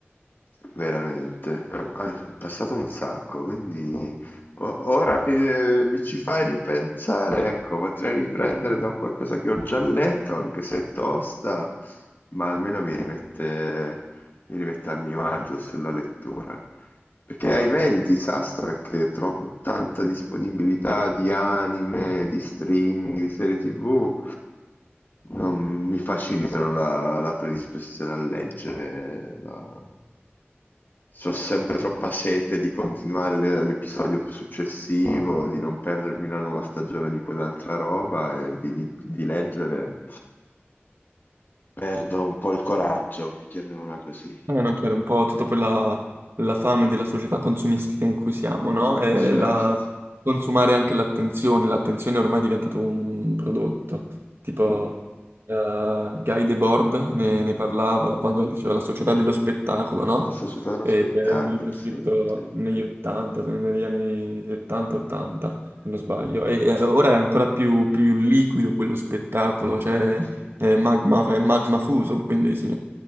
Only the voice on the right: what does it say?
Eh, no, chiaro,
un po' tutta quella la fame della società consumistica in cui siamo, no? E
la- consumare
anche l'attenzione, l'attenzione ormai è diventato un prodotto, tipo
eh, Guy Debord ne, ne parlava quando diceva La società dello spettacolo, no?
Eh,
che è un libro
scritto
negli 80, negli anni 70-80, se non sbaglio,
e, e ora è ancora più, più liquido quello spettacolo, cioè
è magma, è magma fuso, quindi sì.